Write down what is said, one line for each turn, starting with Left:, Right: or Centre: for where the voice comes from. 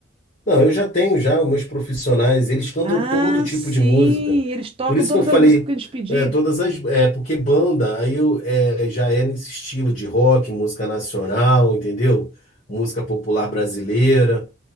Left: Não, eu já tenho já os meus profissionais, eles cantam
Right: Ah,
Left: todo tipo
Right: sim,
Left: de música.
Right: eles tocam
Left: Por isso
Right: todas
Left: que eu falei,
Right: as músicas que a gente pedir.
Left: é, todas as, é, porque banda, aí eu, é, já é nesse estilo de rock, música nacional, entendeu? Música popular brasileira.